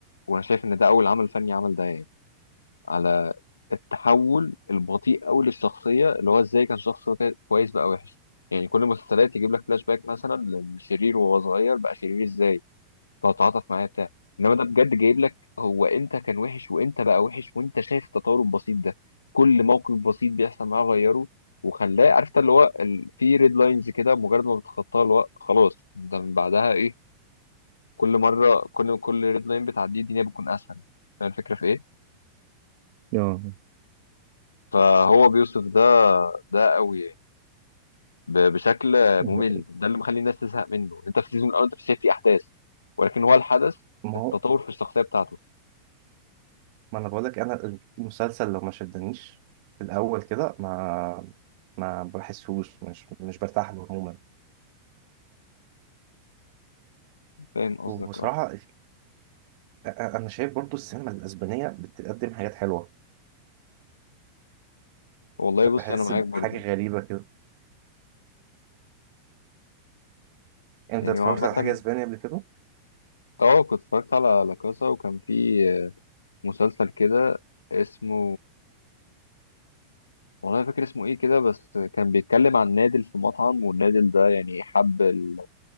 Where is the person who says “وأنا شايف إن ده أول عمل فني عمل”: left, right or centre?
Left